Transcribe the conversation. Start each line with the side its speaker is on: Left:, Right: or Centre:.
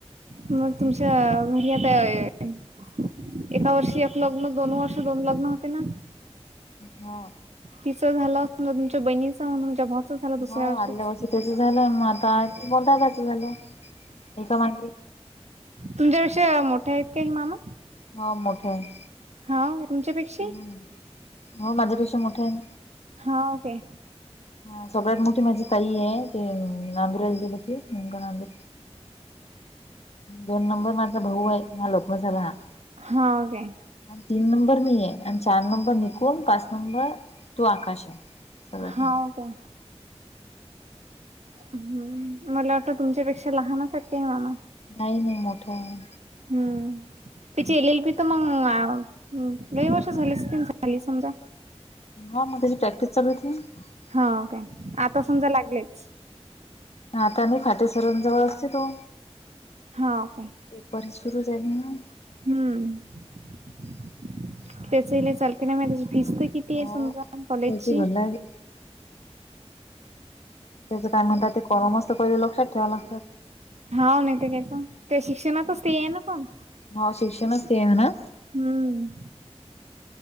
Right: मग तुमच्या घरी आता एका वर्षी एक लग्न दोन वर्ष दोन लग्न होते ना?
Left: हा
Right: तिचं झालं तुमच्या बहिणीचा तुमच्या झालं दुसऱ्या
Left: हो
Right: वर्षीच
Left: आदल्या वर्षी त्याच झालं मग आता म दादाचं झालं- एका मां
Right: तुमच्यावि विषयी मोठ्या आहेत का ह मामा.
Left: हा मोठा आहे.
Right: हा तुमच्यापेक्षा,
Left: हम्, हो माझ्यापेक्षा मोठा आहे.
Right: हाव काय
Left: <inaudible> हा सगळ्यात मोठी माझी ताई आहे ते नांदुराला दिेलंती मुग नांदूर दोन नंबर माझा भाऊ आहे हा लोखम झाला हा
Right: हो काय,
Left: आणि तीन नंबर मी आहे, आणि चार नंबर निकून पाच नंबर तू आकाश आहे. सगळ्यात
Right: हाव
Left: भा
Right: काय हम्म मला वाटत तुमच्यापेक्षा लहानचक मामा
Left: नाही नाही मोठं आहे.
Right: हम्म, त्याची एल एल पी तर मग लय वर्ष झाली तीन झाली समजा
Left: हा मग तेची प्रॅक्टिस चालू आहेत ना.
Right: हो काय, आता समजा लागलेच.
Left: आता नाही फातेसरांजवळ असते तो,
Right: हाव काय,
Left: पेपर सुरू झा आहे ना,
Right: हम्म <inaudible> त्याच इला चालते ना म त्याची फीसते किती आहे
Left: हो
Right: समजा कॉलेजची,
Left: त्याची भरला
Right: <inaudible>
Left: की त्याचं काय म्हणतात ते कॉल मस्त पहिले लक्षात ठेवाव लागतात.
Right: हा नाही ते कात ते शिक्षणातच ते आहे ना कोण
Left: ह शिक्षण ते आहे ना?
Right: हम्म